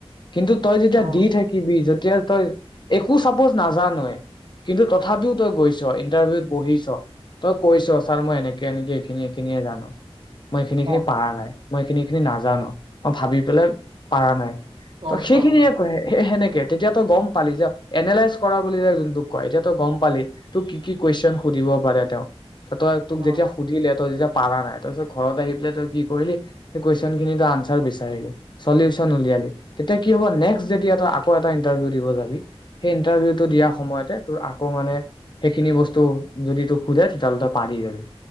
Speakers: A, on the left (about 50°); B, on the right (about 55°).
A: কিন্তু তই যেতিয়া
B: অ
A: দি থাকিবি যত এতিয়া তই একো চাপজ নাজানোৱে কিন্তু তথাপিও তই গৈছ ইণ্টাৰভিউত বহিছ তই কৈছ ছাৰ মই এনেকে এনেকে এইখিনিয় এইখিনিয়ে জানো মই এইখিনি খিনি
B: অ'।
A: পাৰা নাই মই এইখিনি এই খিনি নাজানো মই ভাবি পেলাই পাৰা নাই
B: গম
A: ত সেইখিনিয়ে
B: পাওঁ মানে
A: কৈ সেনেকে তেতিয়া তো গম পালি যো এনালাইজ কৰা বুলি যোনটোক কয় এতিয়া তই গম পালি তোক কি কি কুৱেশন সুধিব পাৰে তেওঁ তই তোক
B: অ
A: যেতিয়া সুধিলে তই যেতিয়া পাৰ নাই তাছত ঘৰত আহি পাই তই কি কৰিলি সেই কুৱেশ্যন খিনি আঞ্চাৰ বিচাৰি চলিচন উলিয়ালি তেতিয়া কি হ'ব নেক্সট যদি এটা আকৌ এটা ইণ্টাৰভিউ দিব যাবি সেই ইণ্টাৰভিউটো
B: উম,
A: দিয়াৰ সময়তে তোৰ আকৌ মানে সেইখিনি বস্তু যদি তোক সোধে তেতিয়াহ'লে তই পাৰি যাবি